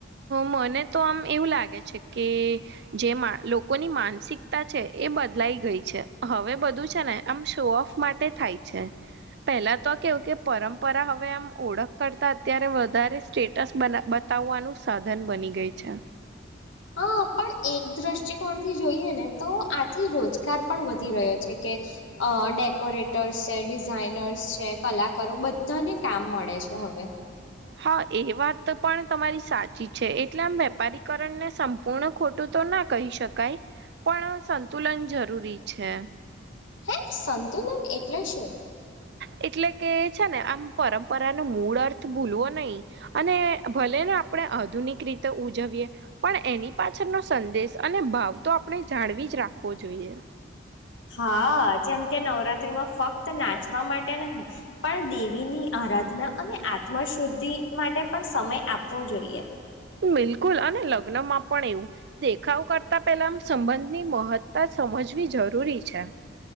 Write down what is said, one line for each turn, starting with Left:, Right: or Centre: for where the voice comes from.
Right: મને તો આમ એવું લાગે છે કે જેમાં લોકોની માનસિકતા છે એ બદલાઈ ગઈ છે હવે બધું છે ને આમ શો ઓફ માટે થાય છે પહેલા તો કેવું કે પરંપરા હવે આમ ઓળખ કરતા અત્યારે વધારે સ્ટેટસ બતાવવાનું સાધન બની ગઈ છે.
Left: હા પણ એક દ્રષ્ટિકોણથી જોઈએ ને તો આથી રોજગાર પણ વધી રહ્યો છે. ડેકોરેટર્સ છે ડિઝાઇનર્સ છે કલાકારો બધાને કામ મળે છે હવે
Right: હા એ વાત પણ તમારી સાચી છે એટલે આમ વેપારીકરણને સંપૂર્ણ ખોટું તો ના કહી શકાય પણ સંતુલન જરૂરી છે
Left: હે સંતુલન એટલ શું?
Right: હ એટલે કે છે ને આમ પરંપરા ન મૂળ અર્થ ભૂલવો નહીિ અને ભલે ને આપ આધુનિક રીતે ઉજવીએ પણ એની પાછળનો સંદેશ અને ભાવ તો આપણે જાણવી જ રાખવો જોઈએ.
Left: હા જેમ કે નવરાત્રીમાં ફક્ત ના માટે નહી પણ દેવીની આરાધના અને આત્મ શુદ્ધિ માટે પણ સમય આપવો જોઈએ.
Right: બિલકુલ અને લગ્નમાં પણ એવું, દેખાવ કરતા પેલા સંબંધની મહત્તા જ સમજવી જરૂરી છે.